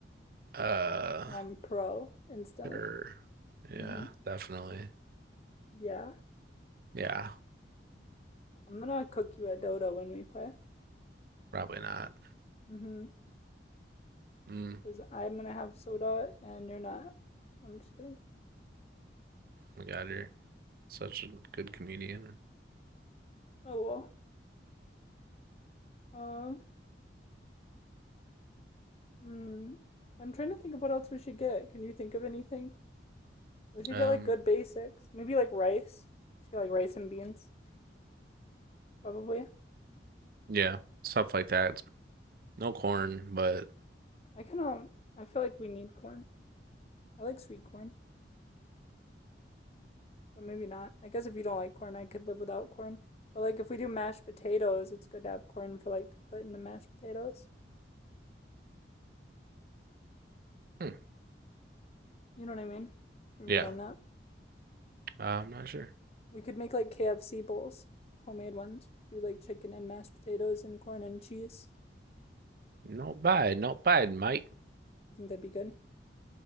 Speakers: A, on the right; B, on the left.
A: Uh,
B: And I'm pro instantly.
A: sure. Yeah,
B: Mm hmm.
A: definitely.
B: Yeah.
A: Yeah.
B: I'm gonna cook you at Dota when we play.
A: Probably not.
B: Mm hmm.
A: Mm,
B: Because I'm gonna have soda and you're not. I'm just kidding.
A: my God, you're such a good comedian.
B: Oh well. Um. Hmm, I'm trying to think of what else we should get. Can you think of anything? We should
A: Um,
B: get like good basics. Maybe like rice. We should get like rice and beans, probably.
A: yeah, stuff like that. No corn, but
B: I kind of I feel like we need corn. I like sweet corn, but maybe not. I guess if you don't like corn, I could live without corn. But like if we do mashed potatoes, it's good to have corn for like to put in the mashed potatoes.
A: hmm,
B: You know what I mean? Have you ever
A: yeah,
B: done that?
A: uh, I'm not sure.
B: We could make like KFC bowls, homemade ones. We could do like chicken and mashed potatoes and corn and cheese.
A: No bad, not bad, mate.
B: You think that'd be good?